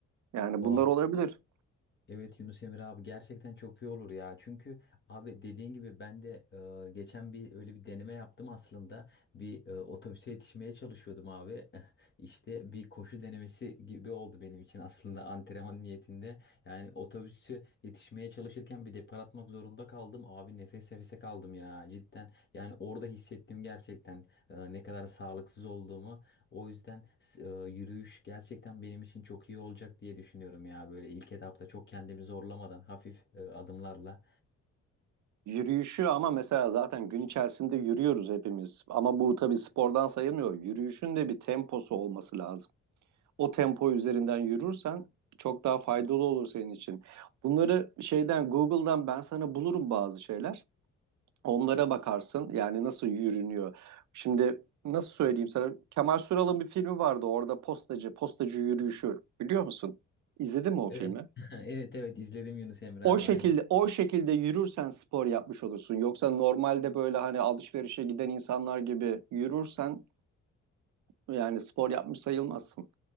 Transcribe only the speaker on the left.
Pahalı
Evet Yunus Emre abi gerçekten çok iyi olur ya. Çünkü abi dediğin gibi ben de e, geçen bir öyle bir deneme yaptım aslında. Bir e, otobüse yetişmeye çalışıyordum abi. <laughs> İşte bir koşu denemesi gibi oldu benim için aslında antrenman niyetinde. Yani otobüse yetişmeye çalışırken bir depar atmak zorunda kaldım. Abi nefes nefese kaldım ya cidden. Yani orada hissettim gerçekten e, ne kadar sağlıksız olduğumu. O yüzden s- e, yürüyüş gerçekten benim için çok iyi olacak diye düşünüyorum ya. Böyle ilk etapta çok kendimi zorlamadan hafif e, adımlarla.
Evet. <laughs> Evet evet izledim Yunus Emre
abi
aynen.